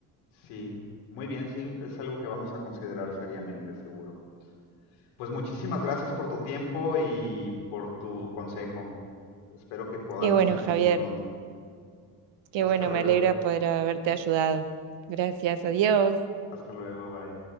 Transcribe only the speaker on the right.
Y bueno,
Javier,
qué
bueno,
me alegra poder haberte ayudado. Gracias, adiós.